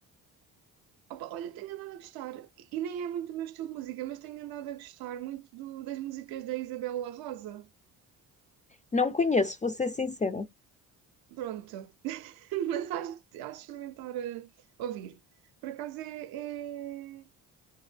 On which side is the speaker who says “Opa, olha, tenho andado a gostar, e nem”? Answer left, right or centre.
Right